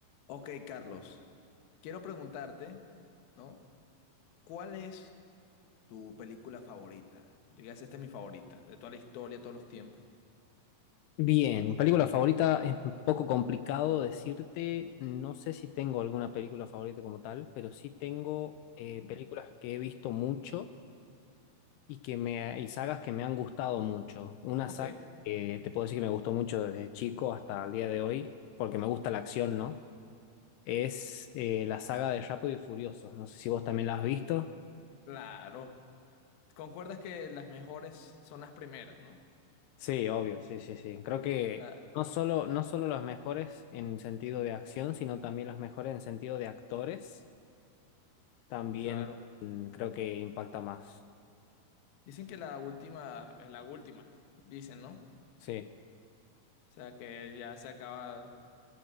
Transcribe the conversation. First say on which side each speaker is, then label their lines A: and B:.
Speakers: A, on the left; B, on the left.
A: Ok, Carlos, quiero preguntarte, ¿no? ¿Cuál es tu película favorita? Digas, esta es mi favorita, de toda la historia, de todos los tiempos.
B: Bien, película favorita es un poco complicado decirte, no sé si tengo alguna película favorita como tal, pero sí tengo eh,
A: Mm.
B: películas que he visto mucho y que me y sagas que me han gustado mucho. Una
A: Ok,
B: saga que te puedo decir que me gustó mucho desde chico hasta el día de hoy, porque me gusta la acción, ¿no? Es eh, la saga de Rápido y Furioso. No sé si vos también la has visto.
A: claro. ¿Concuerdas que las mejores son las primeras, ¿no?
B: Sí, obvio, sí, sí, sí. Creo que
A: La-
B: no solo, no solo las mejores en sentido de acción, sino también las mejores en sentido de actores. también
A: claro.
B: mm, creo que impacta más.
A: Dicen que la última es la última, dicen, ¿no?
B: Sí.
A: O sea, que ya se acaba.